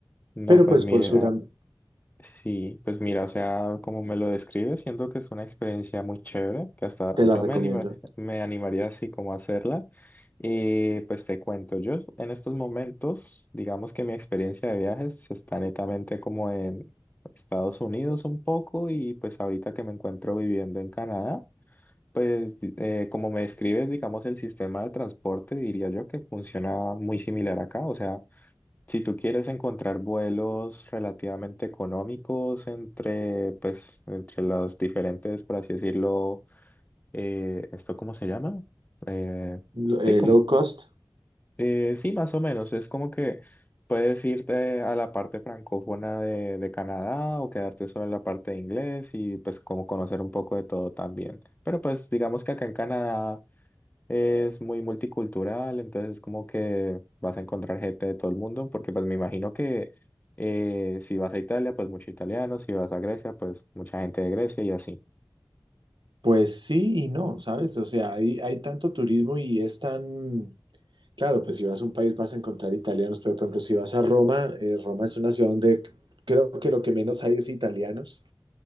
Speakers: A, on the left; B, on the right.
A: No,
B: Pero
A: pues
B: pues
A: mira.
B: por Suram
A: Sí, pues mira, o sea, como me lo describes, siento que es una experiencia muy chévere, que hasta
B: te la
A: yo
B: recomiendo.
A: me anima- me animaría así como a hacerla. Y pues te cuento, yo en estos momentos, digamos que mi experiencia de viajes está netamente como en Estados Unidos un poco y pues ahorita que me encuentro viviendo en Canadá, pues di- eh, como me describes, digamos, el sistema de transporte, diría yo que funciona muy similar acá, o sea... Si tú quieres encontrar vuelos relativamente económicos entre, pues, entre los diferentes, por así decirlo, eh, ¿esto cómo se llama? Eh,
B: Lo- eh,
A: sí, como,
B: low cost,
A: eh, sí, más o menos. Es como que puedes irte a la parte francófona de, de Canadá o quedarte solo en la parte de inglés y pues como conocer un poco de todo también. Pero pues digamos que acá en Canadá... Es muy multicultural, entonces como que vas a encontrar gente de todo el mundo, porque pues me imagino que eh, si vas a Italia, pues mucho italiano, si vas a Grecia, pues mucha gente de Grecia y así.
B: pues sí y no, ¿sabes? O sea, hay, hay tanto turismo y es tan... Claro, pues si vas a un país vas a encontrar italianos, pero por ejemplo, si vas a Roma, eh, Roma es una ciudad donde creo que lo que menos hay es italianos.